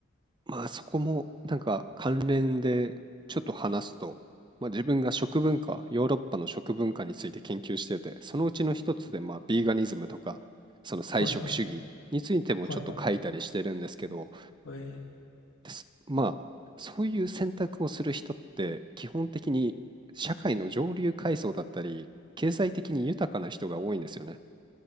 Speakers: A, on the right (about 25°); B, on the left (about 80°).
A: まあ、そこもなんか関連でちょっと話すと、まあ、自分が食文化、ヨーロッパの食文化について研究してて、そのうちの一つでまあビーガニズムとか、その菜食主義についてもちょっと書いたりしてるんですけど、
B: はいはい。はいはい。ええ
A: ですまあそういう選択をする人って基本的に社会の上流階層だったり、経済的に豊かな人が多いんですよね。